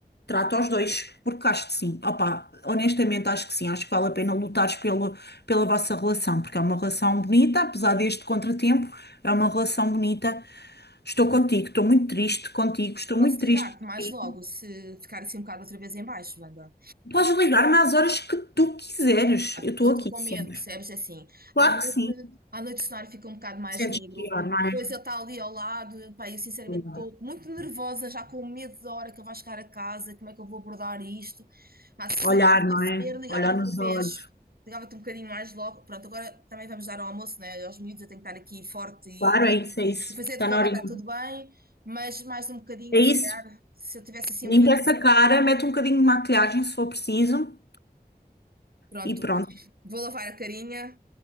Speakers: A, on the left; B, on the right.
A: trata os dois, porque acho que sim, opá, honestamente acho que sim, acho que vale a pena lutares pelo, pela vossa relação, porque é uma relação bonita, apesar deste contratempo, é uma relação bonita. Estou contigo, estou muito triste contigo, estou
B: Posso
A: muito triste
B: ligar-te
A: por
B: mais
A: ti.
B: logo se ficar assim um bocado outra vez em baixo, Wanda?
A: Podes ligar-me às horas que tu quiseres,
B: Ah,
A: eu
B: Porque
A: estou
B: eu estou
A: aqui
B: com medo,
A: sempre.
B: percebes? É Assim,
A: Claro
B: à noite,
A: que sim.
B: à noite o cenário fica um bocado mais
A: Sentes
B: negro,
A: pior, não
B: depois
A: é?
B: ele está ali ao lado, pá, eu sinceramente
A: Claro.
B: estou muito nervosa, já com medo da hora que ele vai chegar a casa, como é que eu vou abordar isto? Pá, se
A: Olhar,
B: pudesse
A: não é?
B: ser, ligava-te
A: Olhar
B: outra
A: nos
B: vez,
A: olhos.
B: ligava-te um bocadinho mais logo. Pronto, agora também vamos dar ao almoço, né? Aos miúdos, eu tenho que estar aqui forte e,
A: Claro, é isso, é isso.
B: e fazer
A: Está
B: de conta
A: na horinha.
B: que está tudo bem, mas mais um bocadinho,
A: É isso.
B: se calhar, se eu tivesse assim
A: Limpa
B: um bocadinho,
A: essa cara, mete um bocadinho de maquilhagem se for preciso
B: pronto.
A: e pronto.
B: Vou lavar a carinha